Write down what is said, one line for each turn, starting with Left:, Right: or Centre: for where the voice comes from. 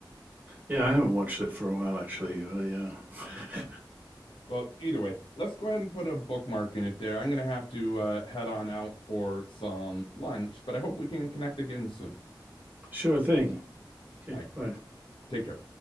Right: Yeah, I haven't watched it for a while actually, but yeah. <laughs>
Left: Um, well, either way, let's go ahead and put a bookmark in it there. I'm gonna have to uh head on out for some lunch, but I hope we can connect again soon.
Right: Sure thing. Okay,
Left: All right.
Right: bye.
Left: Take care.